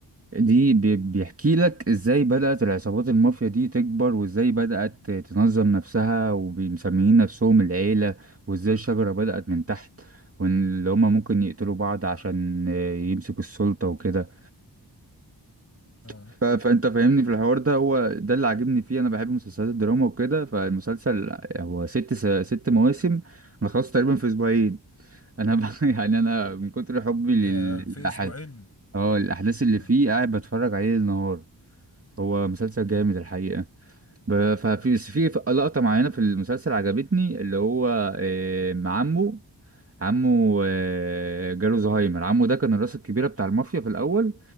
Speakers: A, on the right (about 30°); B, on the left (about 35°).
A: دي بي- بيحكي لك ازاي بدأت العصابات المافيا دي تكبر وازاي بدأت تنظم نفسها ومسميين نفسهم العيلة وازاي الشجرة بدأت من تحت وان اللي هما ممكن يقتلوا بعض عشان يمسكوا السلطة وكده
B: اه
A: ف... فانت فاهمني في الحوار ده هو ده اللي عاجبني فيه انا بحب مسلسلات الدراما وكده فالمسلسل هو ست س... ست مواسم انا خلصت تقريبا في اسبوعين انا ب... <laughs> يعني انا من كتر حبي لل-
B: يا في
A: للأحد
B: اسبوعين
A: اه الاحداث اللي
B: اه
A: فيه قاعد بتفرج عليه النهار هو مسلسل جامد الحقيقة ب... ففي بس في لقطة معينة في المسلسل عجبتني اللي هو آه، مع عمه عمه آه، جاله زهايمر عمه ده كان الراس الكبيرة بتاع المافيا في الأول